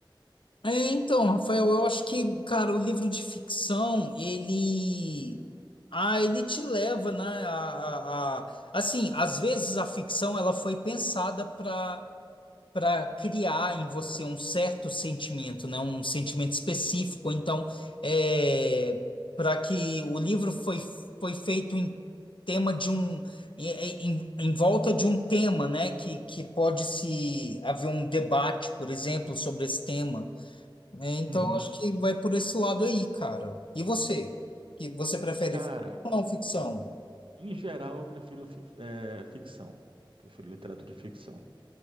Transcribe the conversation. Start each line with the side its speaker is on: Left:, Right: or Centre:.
Left: É, então, Rafael, eu acho que, cara, o livro de ficção, ele. Ah, ele te leva, né? A, a- a- Assim, às vezes a ficção ela foi pensada para para criar em você um certo sentimento, né? Um sentimento específico. Então, é... para que o livro foi, foi feito em tema de um em, em, em volta de um tema, né? Que, que pode se haver um debate, por exemplo, sobre esse tema. É, então
Right: Uhum.
Left: acho que vai por esse lado aí, cara. E você? Que você prefere
Right: Cara,
Left: ficção ou não ficção?
Right: em geral eu prefiro fi- é, ficção. Prefiro literatura de ficção.